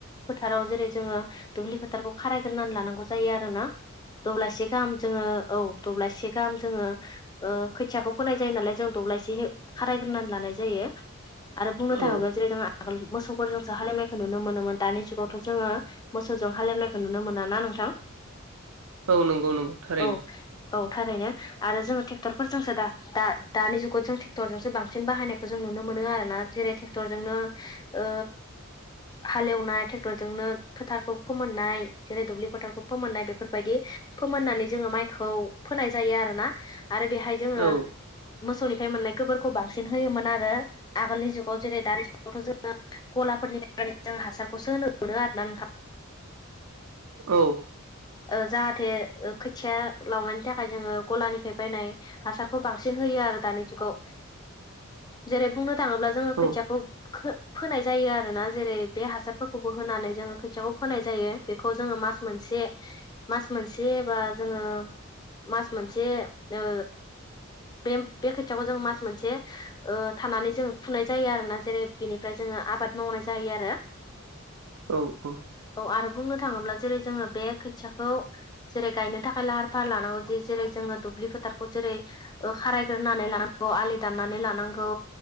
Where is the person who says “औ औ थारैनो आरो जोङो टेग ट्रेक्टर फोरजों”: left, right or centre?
Left